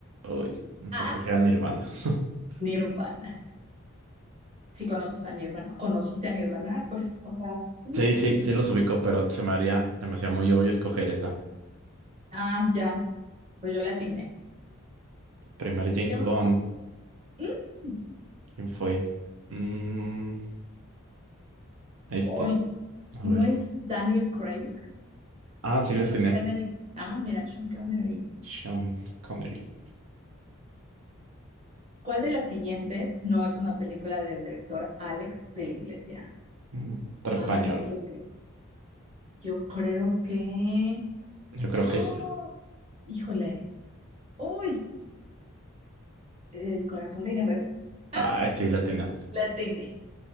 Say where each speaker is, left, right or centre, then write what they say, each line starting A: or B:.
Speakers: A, on the right (about 75°); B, on the right (about 30°).
A: Uy, un
B: A.
A: poco sea Nirvana. <laughs>
B: Nirvana. Si conoces a Nirvana, conociste a Nirvana, pues, o sea, sí.
A: Sí, sí, sí los ubico, pero se me haría, se me hacía muy obvio escoger esa.
B: Ah, ya, pues yo la atiné.
A: Primer James
B: Em,
A: Bond,
B: mm,
A: ¿quién fue? Mm, este,
B: Uy,
A: a
B: ¿no
A: ver.
B: es Daniel Craig?
A: Ah, sí, la
B: Sean
A: tiene.
B: Kennedy. Ah, mira, Sean Connery.
A: Sean Connery.
B: ¿Cuál de las siguientes no es una película del director Alex de la Iglesia?
A: Mm, Otro
B: Ay,
A: español.
B: yo creo que, yo creo que,
A: Yo creo
B: ¡oh!
A: que esta.
B: ¡Híjole! ¡Uy! El corazón de Guerrero. ¡Ah!
A: Ay, sí, la atinaste.
B: La tiene.